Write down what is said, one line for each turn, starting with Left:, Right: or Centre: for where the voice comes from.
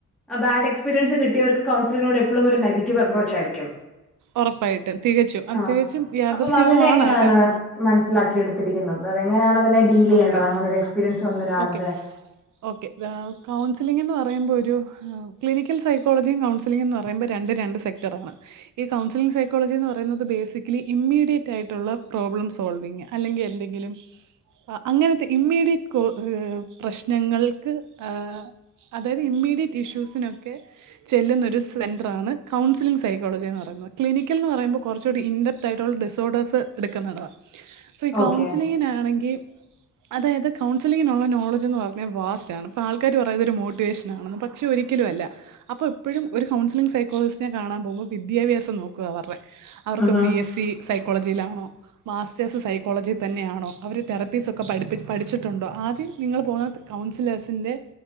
Centre: ബാഡ് എക്സ്പീരിയൻസ് കിട്ടിയവർക്ക് കൗൺസിലിനോട് എപ്പോഴും ഒരു നെഗറ്റീവ് അപ്പ്രോച്ച് ആയിരിക്കും
Right: ഒറപ്പായിട്ടും തികച്ചും
Centre: ആഹ്
Right: തികച്ചും യാദർശികമാണ്
Centre: അപ്പം അതിനെ എങ്ങനെയാണ്
Right: ആ കഥ
Centre: മനസ്സിലാക്കിയെടുത്തിരിക്കുന്നത് അതെങ്ങനെയാണ് അതിനെ ഡീൽ ചെയ്യേണ്ടത്
Right: ഓക്കെ
Centre: അങ്ങനൊരു എക്സ്പീരിയൻസ് വന്നൊരാളുടെ
Right: ഓക്കെ ഓക്കെ താ കൗൺസിലിങ്ന്ന് പറയുമ്പ ഒരു ക്ലിനിക്കൽ സൈക്കോളജിയും കൗസിലിംങുന്ന് പറയുമ്പ രണ്ട് രണ്ട് സെക് <unintelligible> ഈ കൗൺസിലിങ് സെ കോളജ് ഇന്ന് പറയുന്നത് ബേയ്സിക്കലി ഇമ്മീഡിയറ്റ് ആയിട്ടുള്ള പ്രോബ്ലം സോൾവിങ് അല്ലെങ്കി എന്തെങ്കിലും. അങ്ങനത്തെ ഇമ്മീഡിയറ്റ് കോ ഹ് പ്രശ്നങ്ങൾക്ക് ഏഹ് അതായത് ഇമ്മീഡിയറ്റ് ഇഷ്യൂസിനൊക്കെ ചെല്ലുന്നൊരു സെന്റ്രാണ് കൗൺസിലിംഗ് സൈക്കോളജി ഇന്ന് പറയുന്നത്. ക്ലിനിക്കൽന്നു പറയുമ്പൊ കൊറച്ചുകൂടി ഇൻ്ഡർ തൈറോൾ ഡിസോഡേഴ്സ് ഇട്ക്കുന്നതാ സി കൗൺസിലിങ്ങിനാണെങ്കി
Centre: ഓക്കെ
Right: അതായത് കൗൺസിലിങ്ങിനുള്ള നോളജ് ഇന്ന് പറഞ്ഞാ വാസ്റ്റാണ്. അപ്പ ആൾക്കാർ പറയുന്നത് ഒരു മോട്ടിവേഷനാണെന്ന് പക്ഷെ ഒരി രിക്കലു അല്ല. അപ്പൊ എപ്പഴും ഒരു കൗൺസിലിംഗ് സൈക്കോളജ്സ്റ്റിനെ കാണാൻ പോകുമ്പൊ വിദ്യഭ്യാസം നോക്ക്വ പറ്ഞ്ഞെ അവർക്ക്
Centre: ഓക്കെ
Right: ബി എസ് സി സൈക്കോളജിയിലാണൊ, മാസ്റ്റേഴ്സ് സൈക്കോളജിയി തന്നെ ആണോ അവര് പീസ് ഒക്കെ പഠിപ്പിച്ച് പഠിച്ചിട്ടുണ്ടൊ. ആദ്യം നിങ്ങൾ പോണ കൗൺസ് ലേഴ്സിൻ്റെ